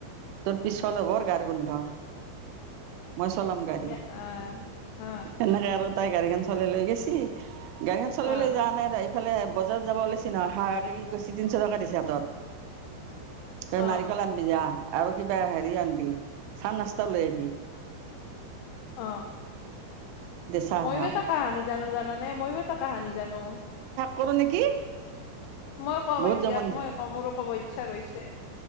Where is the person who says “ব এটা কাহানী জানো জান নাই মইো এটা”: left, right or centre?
Left